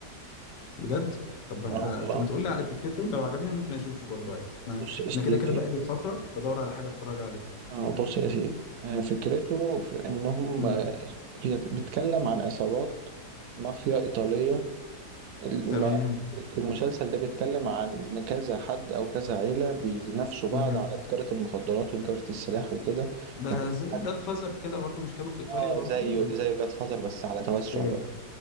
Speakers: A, on the left (about 85°); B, on the right (about 75°).
A: بجد طب انا
B: اه والله
A: طب ما تقول لي على فكرته لو عجبني ممكن اشوفه برضه عادي انا
B: بص يا سيدي
A: انا كده كده بقالي فترة بدور على حاجة اتفرج عليها
B: آه، بص يا سيدي آه، فكرته في انهم
A: مم.
B: آه، هي بتتكلم عن عصابات مافيا ايطاليه الم-
A: تمام
B: المسلسل ده بيتكلم عن كذا حد او كذا عيله بينافسوا بعض
A: مم.
B: على تجاره المخدرات وتجاره السلاح وكده
A: ده
B: وكل
A: زي الجاد
B: حد
A: فازر كده برضه مش كانوا في ايطاليا
B: اه
A: برضه
B: زيه
A: ولا
B: زي جاد فازر بس على توسع
A: ايه
B: بقى